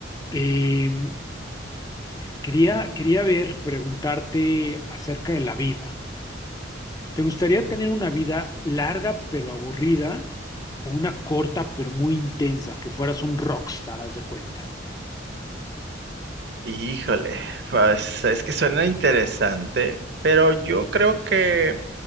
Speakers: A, on the left; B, on the right.
A: eh, quería, quería ver, preguntarte acerca de la vida. ¿Te gustaría
B: Ujú.
A: tener una vida larga pero aburrida o una corta pero muy intensa, que fueras un rockstar, haz de cuenta?
B: Híjole, pues es que suena interesante, pero yo creo que,